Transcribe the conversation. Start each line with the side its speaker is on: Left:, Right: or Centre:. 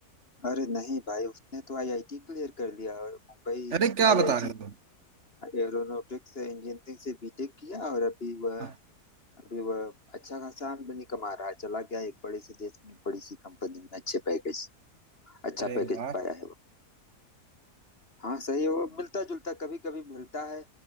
Left: अरे नहीं भाई उसने तो आईआईटी क्लियर कर लिया और मुंबई
Right: अरे क्या
Left: आईआईटी
Right: बता रहे हो
Left: एरोनॉटिक्स इंजीनियरिंग से बीटेक किया और अभी वह
Right: हाँ,
Left: अभी वह अच्छा खासा आमदनी कमा रहा है चला गया एक बड़े से देश में एक बड़ी सी कंपनी में अच्छे पैकेज अच्छा
Right: अरे
Left: पैकेज
Right: वाह
Left: पाया है हाँ सही है, वो मिलता जुलता कभी कभी मिलता है